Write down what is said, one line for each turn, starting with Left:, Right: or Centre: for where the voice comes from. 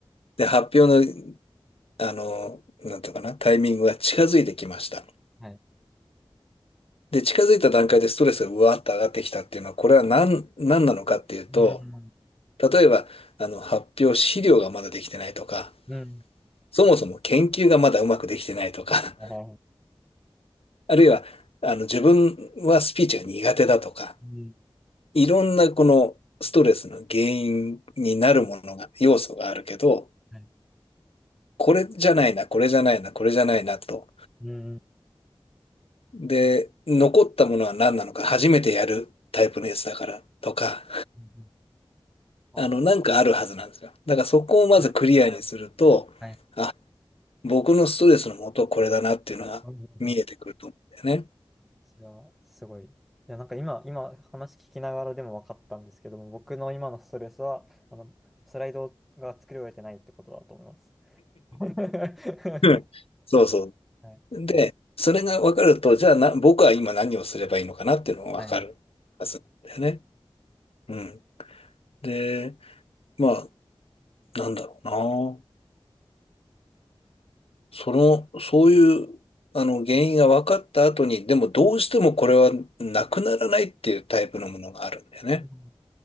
Left: で、発表の、あの、なんていうかな、タイミングが近づいてきました。
Centre: はい。
Left: で、近づいた段階でストレスがうわーっと上がってきたっていうのは、これは何、何なのかっていうと、
Centre: うん、
Left: 例えば、あの、発表資料がまだできてないとか、
Centre: うん、
Left: そもそも研究がまだうまくできてないとか、<laughs>
Centre: はいはいはい。
Left: あるいは、あの、自分はスピーチが苦手だとか、
Centre: うん、
Left: いろんなこのストレスの原因になるものが、要素があるけど、
Centre: はい。
Left: これじゃないな、これじゃないな、これじゃないなと。
Centre: うん、
Left: で、残ったものは何なのか、初めてやるタイプのやつだからとか、
Centre: うん、あ、
Left: あの、なんかあるはずなんですよ。だからそこをまずクリアにすると、
Centre: はい、はい。
Left: あ、僕のストレスの元はこれだなっていうのが見えてくると思うんだよね。
Centre: なるほど。それはすごい。いや、なんか今、今話聞きながらでも分かったんですけども、僕の今のストレスは、あの、スライドが作り終えてないってことだと思います。<laughs> は
Left: うんそうそ
Centre: い。
Left: う。で、それが分かると、じゃあな、僕は今何をすればいいのかなっていうのが分かるはずなんだよね。
Centre: はい。
Left: うん。で、まあ、なんだろうな。その、そういう、あの、原因が分かった後に、でもどうしてもこれはなくならないっていうタイプのものがあるんだよね。
Centre: うん、